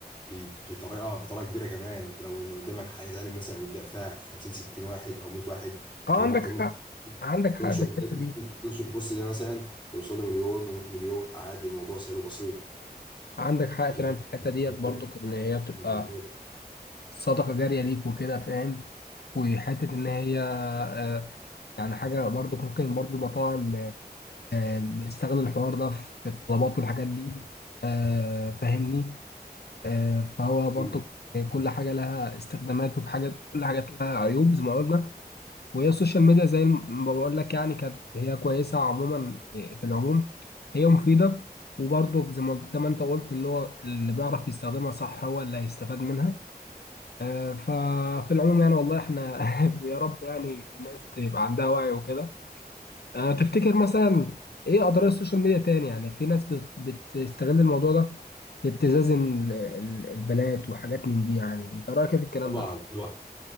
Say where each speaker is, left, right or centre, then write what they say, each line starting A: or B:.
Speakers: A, on the left (about 25°); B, on the left (about 70°).
A: بي- بطريقة بطريقة كبيرة كمان انت لو ان قدامك حياة علم مثلا قدام فيها 50 60 واحد او 100 واحد انت
B: اه
A: ممكن
B: عندك حق عندك حق
A: تنشر
B: في الحتة
A: العلم
B: دي
A: تنشر البوست ده مثلا يوصل له مليون و100 مليون عادي الموضوع سهل وبسيط
B: عندك حق
A: فده
B: فعلا في الحتة ديت
A: بالذات-
B: برضو ان هي بتبقى
A: بالذات
B: صدقة جارية ليك وكده فاهم وحتة ان هي آه، يعني حاجة برضو ممكن برضو المطاعم آه، آه، بتستغل الحوار ده في الطلبات والحاجات دي آه، فاهمني آه، فهو برضو
A: أكيد.
B: كل حاجة لها استخدامات وفي حاجات كل حاجات لها عيوب زي ما قلنا وهي السوشيال ميديا زي ما بقول لك يعني كانت هي كويسة عموما في العموم هي مفيدة وبرضه زي ما زي ما انت قلت اللي هو اللي بيعرف يستخدمها صح هو اللي هيستفاد منها آه، ففي العموم يعني والله احنا <laughs> يا رب يعني الناس تبقى عندها وعي وكده آه، تفتكر مثلا ايه اضرار السوشيال ميديا تاني يعني في ناس بت- بتستغل الموضوع ده في ابتزاز ال- ال- البنات وحاجات من دي يعني انت رأيك ايه في الكلام
A: طبعا
B: ده؟
A: طبعا